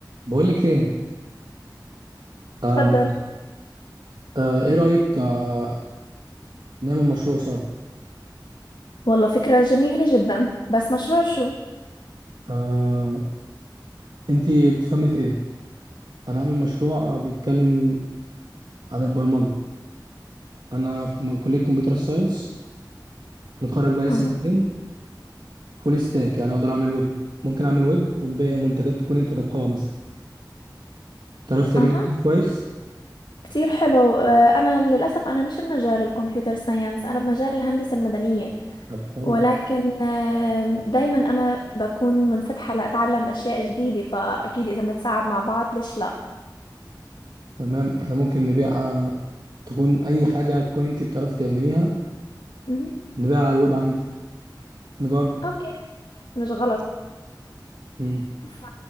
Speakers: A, on the right; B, on the left.
A: بقولك ايه آه
B: تفضل
A: آه ايه رأيك آه نعمل مشروع سوا
B: والله فكرة جميلة جدا بس مشروع شو؟
A: آه انتي بتفهمي في ايه انا عامل مشروع آه، بيتكلم عن البرمجة انا في م- كلية كمبيوتر ساينس متخرج بقالي سنتين
B: أها
A: فول ستاك يعني اقدر اعمل ويب ممكن اعمل ويب ونبيع منتجات تكون انت طبخها مثلا تعرف تعمل
B: أها
A: اكل كويس
B: كتير حلو آه، أنا للأسف أنا مش بمجال الكمبيوتر ساينس أنا بمجال الهندسة المدنية
A: طب حلو
B: ولكن آه، دايما أنا بكون منفتحة لأتعلم أشياء جديدة فأكيد إذا بنتساعد مع بعض ليش لا؟
A: تمام احنا ممكن نبيع آه، تكون اي حاجة تكون انتي بتعرفي تعمليها
B: مهم.
A: نبيعها على الويب عندي نجرب
B: أوكي مش غلط
A: مم.
B: ف-